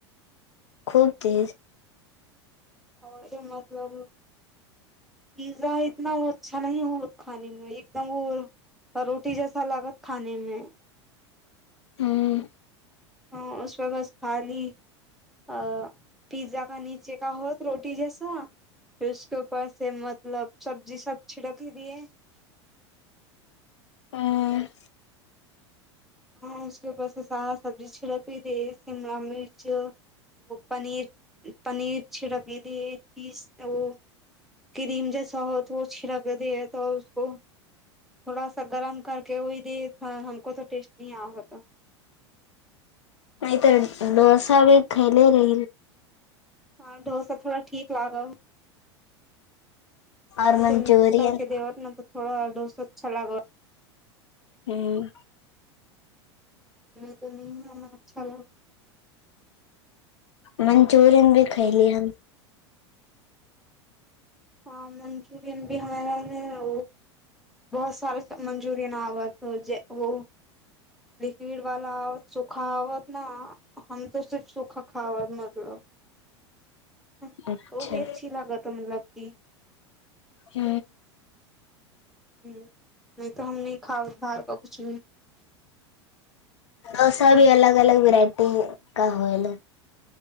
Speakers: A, on the left; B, in the centre.
A: खूब तेज।
B: ओ मतलब पिज्जा इतना अच्छा नहि खाने मे एकदम ओ आ रोटी जैसा लागत खानेमे
A: हूँ।
B: ह, उसमे बस खाली औ पिज्जा का नीचे होत रोटी जैसा इसके उसके ऊपर से मतलब सब्जी सभ छिड़क दियै
A: ह
B: हँ उसके बास से सारा सब्जी छिड़की देव शिमला मिर्च ओ पनीर पनीर छिड़की दै चीज आ क्रीम जैसा होत वो छिड़क कर देत उसको थोड़ा सा गरम करके ओहि द हमकोऽ टेस्ट नहीं आबत
A: नहि तऽ नस भी खइल रै
B: ह ढोसा थोड़ा ठीक लागल
A: और
B: जे
A: मंचूरियन
B: मिक्स करके देबत न तऽ थोड़ा डोस अच्छा लागल
A: नहि।
B: तऽ नहि हमरा अच्छा लाग
A: मचुरियन भी खयली हम
B: ह मचूरियन भी हमरा लागे रहै बहुत सारा मंचूरियन आबत तजेऽ हो जे वो लिक्विड वाला आबत सूखा बत न हम तो सिर्फ सूखा खावत मतलब
A: अच्छा
B: ओ भी अच्छी लागतनी मतलब कि
A: ह
B: ह नहि तऽ हम नहि खाब बाहर का कुछ भी
A: डोसा भी अलग अलग वेराइटी का होल